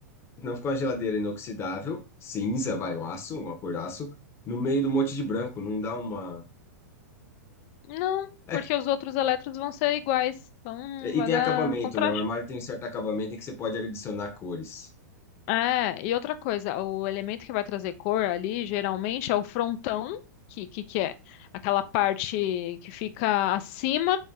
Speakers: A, on the left; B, on the left.
A: não fica uma geladeira inoxidável, cinza, vai, um aço, uma cor aço, no meio do monte de branco, não dá uma.
B: não,
A: É,
B: porque os outros elétrons vão ser iguais. Então,
A: E
B: vai
A: e tem
B: dar
A: acabamento,
B: contraste.
A: né? O armário tem um certo acabamento em que você pode adicionar cores.
B: É, e outra coisa, o elemento que vai trazer cor ali geralmente é o frontão, que, que, que é aquela parte que fica acima